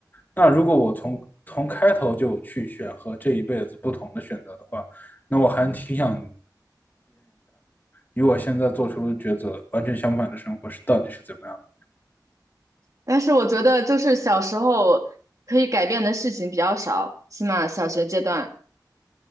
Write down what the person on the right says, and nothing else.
但是我觉得就是小时候可以改变的事情比较少，起码小学阶段